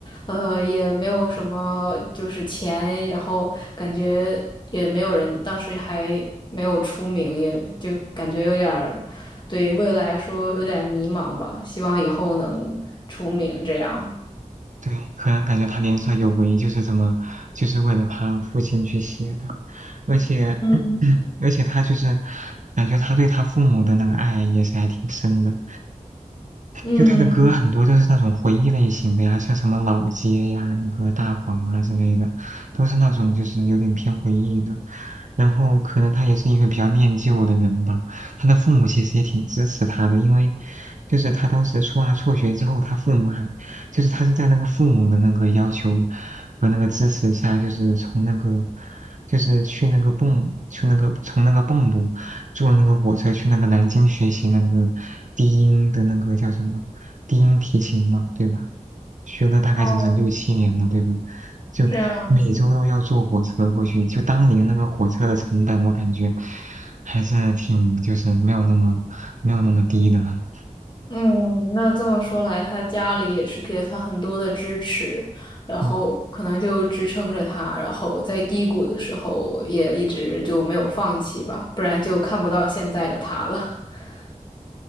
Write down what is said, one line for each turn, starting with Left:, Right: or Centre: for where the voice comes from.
Left: 呃也没有什么就是钱，然后感觉也没有人，当时还没有出名，也就感觉有点儿对未来说有点迷茫吧，希望以后能出名这样。
Right: 对啊，可能感觉他年少有为，就是这么，就是为了他父亲去写的，而且，
Left: 嗯
Right: <clears throat> 而且他就是感觉他对他父母的那个爱也是还挺深的，
Left: 嗯，
Right: 就他的歌很多都是那种回忆类型的呀，像什么老街呀、那个大黄啊之类的，都是那种就是有点偏回忆的。然后可能他也是一个比较念旧的人吧，他的父母其实也挺支持他的，因为就是他当时初二辍学之后，他父母还就是他是在那个父母的那个要求和那个支持下，就是从那个就是去那个蚌去那个从那个蚌埠坐那个火车去那个南京学习那个低音的那个叫什么低音提琴嘛，对吧？学了大概整整六七年了，
Left: 哦，
Right: 对吧？就每周都要坐火车过去，
Left: 这样子，
Right: 就当年那个火车的成本，我感觉还是挺就是没有那么没有那么低的啊。
Left: 嗯，那这么说来，他家里也是给了他很多的支持，然后可能就支撑着他，
Right: 嗯
Left: 然后在低谷的时候也一直就没有放弃吧，不然就看不到现在的他了。<laughs>